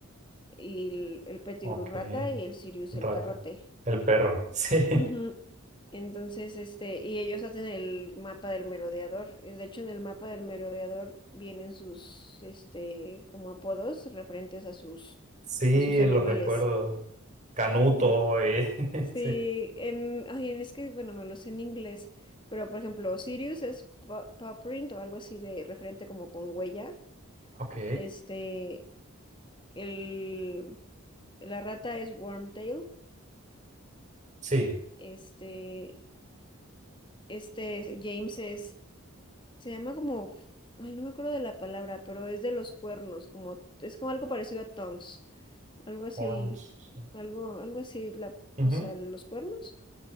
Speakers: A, on the left; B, on the right.
A: y el, el Pettigrew
B: ok,
A: rata y el Sirius
B: rata.
A: el perrote.
B: El perro, <laughs> sí,
A: Ujú. Entonces, este, y ellos hacen el mapa del merodeador. y De hecho, en el mapa del merodeador vienen sus, este, como apodos referentes a sus,
B: sí,
A: a sus animales.
B: lo recuerdo. Canuto,
A: Ujú.
B: eh,
A: Sí,
B: <laughs> sí.
A: en, ay, es que, bueno, me lo sé en inglés, pero por ejemplo, Sirius es pa- paw print o algo así de referente como con huella.
B: Ok,
A: Este, el, la rata es Wormtail.
B: sí.
A: Este, este James es, se llama como, ay, no me acuerdo de la palabra, pero es de los cuernos, como, es como algo parecido a tongs, algo así,
B: Horns.
A: algo, algo así, la,
B: ujú,
A: o sea, los cuernos.